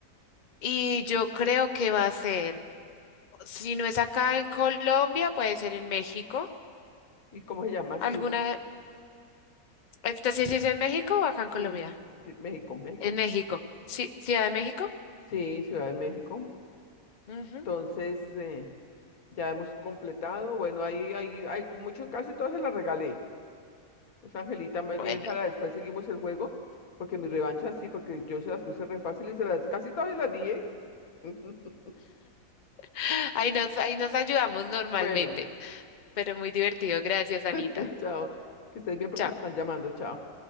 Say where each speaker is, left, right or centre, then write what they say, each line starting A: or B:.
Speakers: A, on the left; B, on the left.
A: Y yo creo que va a ser, si no es acá en Colombia, puede ser en México.
B: ¿Y cómo se llama
A: ¿Alguna?
B: ciudad?
A: Este sí, sí es en México o acá en
B: Sí,
A: Colombia.
B: sí, México, México.
A: En México. Sí, Ciudad de México.
B: Sí, Ciudad de México.
A: Ujú.
B: Entonces, eh, ya hemos completado. Bueno, ahí hay, hay mucho, casi todas se las regalé. Entonces, Angelita, más
A: Bueno,
B: bien para después seguimos el juego, porque mi revancha sí, porque yo se las puse re fácil y se las, casi todas se las dije. <laughs>
A: <laughs> ahí nos, ahí nos ayudamos normalmente.
B: Bueno,
A: Pero muy divertido. Gracias, Anita.
B: <laughs> chao. Que estés bien porque
A: Chao.
B: me están llamando. Chao.